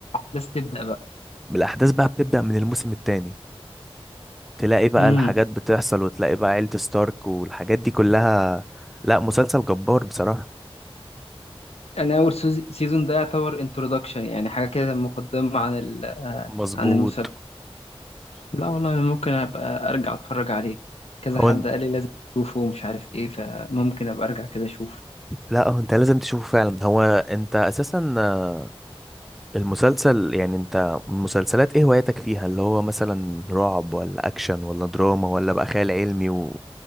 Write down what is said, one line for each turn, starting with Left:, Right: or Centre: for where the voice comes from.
Left: بس تبدا بقى
Centre: الأحداث بقى بتبدأ من الموسم التاني تلاقي بقى
Left: امم
Centre: الحاجات بتحصل وتلاقي بقى عيلة ستارك والحاجات دي كلها لا مسلسل جبار بصراحة
Left: انا اول سيزون ده يعتبر انترودكشن يعني حاجه كده مقدمه عن ال- آه،
Centre: مظبوط
Left: عن المسلسل لا والله انا ممكن ابقى ارجع اتفرج عليه كذا
Centre: هو
Left: حد قال لي لازم اشوفه ومش عارف ايه فممكن ابقى ارجع كده اشوف
Centre: لا هو انت لازم تشوفه فعلا هو انت اساسا آه، المسلسل يعني انت مسلسلات ايه هوايتك فيها اللي هو مثلا رعب ولا اكشن ولا دراما ولا بقى خيال علمي و...